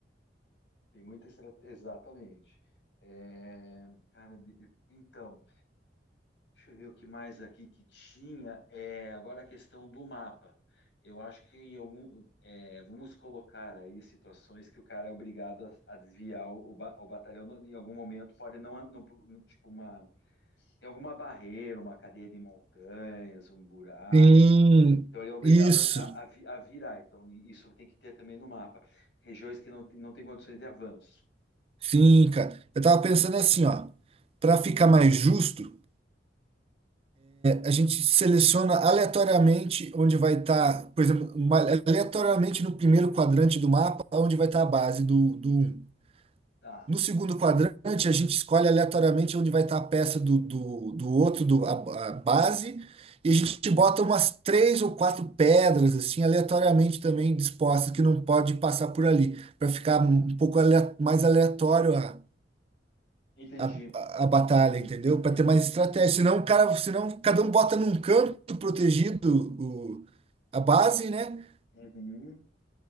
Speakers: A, on the left (about 80°); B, on the right (about 35°).
A: tem muita estratégia. Exatamente. É, cara, de- então. Deixa eu ver o que mais aqui que tinha. É, agora a questão do mapa. Eu acho que em algum, é, vamos colocar aí situações que o cara é obrigado a, a desviar o, ba- o batalhão no- em algum momento. Pode não, não- tipo uma tem alguma barreira, uma cadeia de montanhas, um buraco.
B: Sim,
A: uma- Então ele é obrigado
B: isso.
A: a, a- a vi- a virar. Então isso tem que ter também no mapa. Regiões que não, tem- não tem condições de avanço.
B: Sim, cara. Eu tava pensando assim, ó, para ficar mais justo, a gente seleciona aleatoriamente onde vai estar, por exemplo, uma- aleatoriamente no primeiro quadrante do mapa, onde vai estar a base do, do 1.
A: Tá,
B: No segundo quadrante, a gente escolhe aleatoriamente onde vai estar a peça do, do, do outro, do, a, a base, e a gente bota umas três ou quatro pedras, assim, aleatoriamente também dispostas, que não pode passar por ali, para ficar um pouco alea- mais aleatório a
A: entendi,
B: a, a a batalha,
A: entendi.
B: entendeu?
A: Uhum,
B: Para ter mais estratégia. Senão o cara, senão cada um bota num canto protegido o, a base, né?
A: uhum.